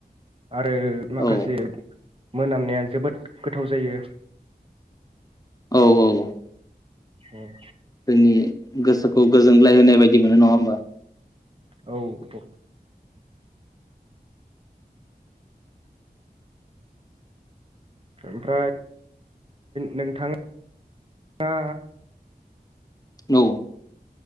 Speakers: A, on the right; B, on the left.
A: आरो माखासे
B: औ
A: मोनामनाया जोबोद गोथाव जायो।
B: औ औ औ।
A: उम।
B: जोंनि गोसोखौ गोजोनग्लाय होनाय बायदि मोनो नङा होमबा।
A: औ औ ओमफ्राय नोंथाङा
B: औ।